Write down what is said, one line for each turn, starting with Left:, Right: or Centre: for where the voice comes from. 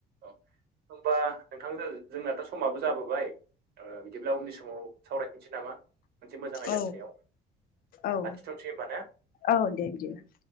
Right: अ होनबा नोंथां जोंनाथ' समाबो जाबोबाय ओ बिदिब्ला उननि समाव सावरायफिनसै नामा मोनसे मोजां आयदानि
Left: औ
Right: सायाव
Left: औ
Right: लाखिथ'नोसै होमबा ने
Left: औ दे बिदिब्ला